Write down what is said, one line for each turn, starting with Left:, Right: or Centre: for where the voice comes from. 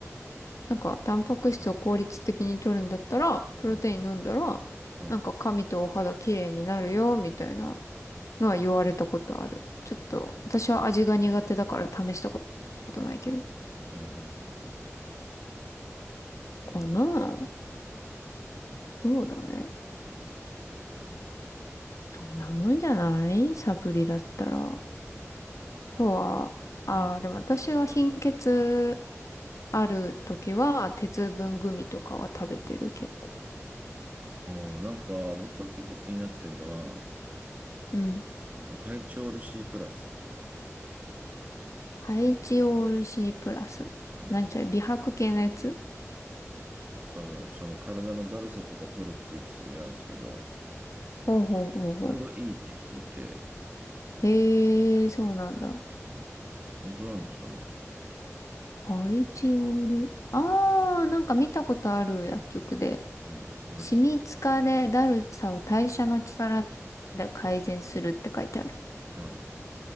Left: なんか、タンパク質を効率的に取るんだったら、プロテイン飲んだら、
Right: うん、はい。
Left: なんか髪とお肌綺麗になるよ、
Right: うん、
Left: みたいなのは言われたことある。ちょっと、私は味が苦手だから試したことないけど。
Right: うん、うん
Left: かなあ
Right: うん。えー
Left: そうだね。
Right: うん。
Left: そんなもんじゃないサプリだったら。とは、ああ、
Right: うん。
Left: でも私は貧血ある時は、鉄分グミとかは食べてる、結構。
Right: あーなんか、僕は結構気になってるのは、
Left: うん。
Right: あの、ハイチョール C プラス。
Left: ハイチオール C プラス。
Right: はい。
Left: 何それ美白系のやつ
Right: 多分、その体のだるさとか取るっていう薬なんですけど、
Left: ほうほうほうほ
Right: それがいいって聞いて、
Left: う。へえ、そうなんだ。
Right: うん、本当なんですかね。
Left: アイチオール。ああ、なんか見たことある薬局で。
Right: はい、これです。
Left: シミ、疲れ、だるさを代謝の力で改善するって書いてある。
Right: はい、